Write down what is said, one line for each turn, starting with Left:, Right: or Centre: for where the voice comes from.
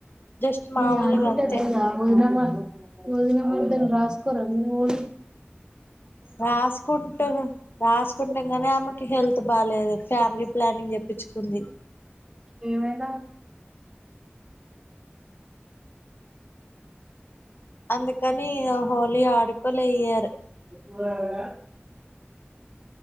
Left: జస్ట్
Right: మీ
Left: మామూలుగా
Right: ఆడిబిడ్డలేదా
Left: అంతే
Right: ఒదిన మరద ఒదిన మరద రాస్కోరా మీ వోల్లు
Left: రాసుకుంటరు రాసుకుంటము కానీ ఆమెకి హెల్త్ బాలేదు. ఫ్యామిలీ ప్లానింగ్ చెప్పించుకుంది.
Right: ఏమయింది ఆమెకు.
Left: అందుకని హోలీ ఆడుకోలే ఈ ఇయర్.
Right: ఉద